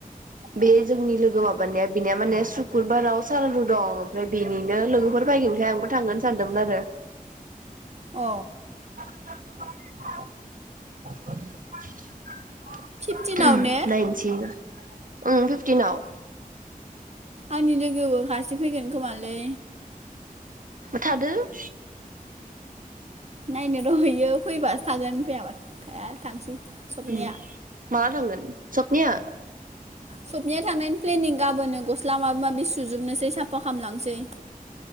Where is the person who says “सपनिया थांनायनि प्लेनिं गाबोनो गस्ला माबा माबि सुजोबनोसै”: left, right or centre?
Right